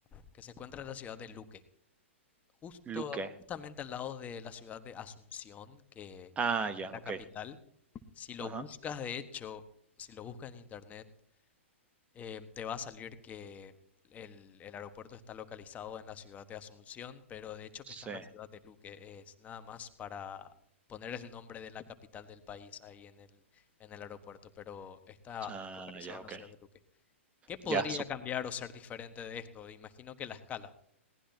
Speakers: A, on the left; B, on the right.
A: que se encuentra en la ciudad de Luque, justo,
B: Luque.
A: justamente al lado de la ciudad de Asunción, que
B: Ah, ya,
A: es la
B: ok.
A: capital. Si lo
B: Ajá.
A: buscas, de hecho, si lo buscas en internet, eh, te va a salir que el, el aeropuerto está localizado en la ciudad de Asunción, pero de hecho
B: Sí.
A: que está en la ciudad de Luque. Es nada más para poner el nombre de la capital del país ahí en el, en el aeropuerto, pero está
B: Ah,
A: localizado
B: ya,
A: en
B: ok.
A: la ciudad de Luque. ¿Qué podría
B: Ya,
A: cambiar o ser diferente de esto? Imagino que la escala.